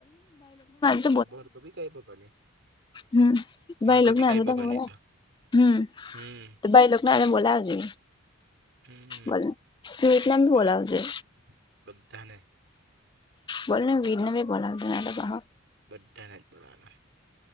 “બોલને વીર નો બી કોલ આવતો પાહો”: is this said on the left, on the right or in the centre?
Left